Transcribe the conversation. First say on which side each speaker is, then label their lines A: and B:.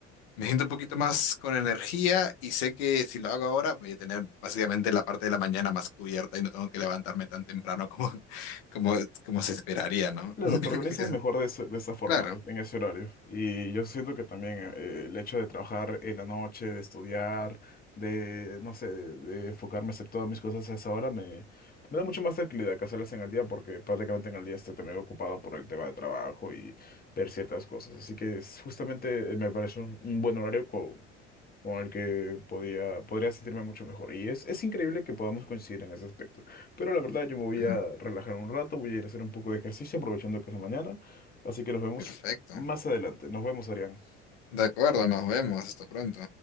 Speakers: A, on the left; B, on the left.
A: me siento un poquito más con energía y sé que si lo hago ahora voy a tener básicamente la parte de la mañana más cubierta y no tengo que levantarme tan temprano como, <laughs> como, como se esperaría, ¿no?
B: Claro,
A: <laughs>
B: te organizas
A: Es-
B: mejor de, ese- de esa forma,
A: Claro.
B: en ese horario. Y yo siento que también eh, el hecho de trabajar en la noche, de estudiar, de, no sé, de enfocarme a hacer todas mis cosas a esa hora, me, me da mucho más tranquilidad que hacerlas en el día, porque prácticamente en el día estoy también ocupado por el tema de trabajo y ver ciertas cosas. Así que es, justamente eh, me parece un, un buen horario con, con el que podía, podría sentirme mucho mejor. Y es, es increíble que podamos coincidir en ese aspecto. Pero la verdad yo me voy
A: Ujú.
B: a relajar un rato, voy a ir a hacer un poco de ejercicio aprovechando que es de mañana. Así que nos vemos
A: Perfecto.
B: más adelante. Nos vemos, Adrián.
A: De acuerdo, nos vemos. Hasta pronto.